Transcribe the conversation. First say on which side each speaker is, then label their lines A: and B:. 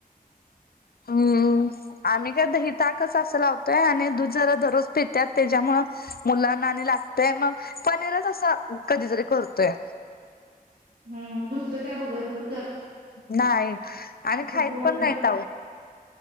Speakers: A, on the left; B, on the right.
A: हम्म, आम्ही काय दही ताकच अस लावतोय आणि दूध जरा दररोज पितात त्याच्यामुळ मुलांना आणि लागतय मग पनीरच असं कधीतरी करतोय.
B: हम्म हम्म दुसरं काय बघितलो
A: नाही आणि
B: असं
A: खाईत
B: गोड
A: पण
B: तर
A: नाहीत,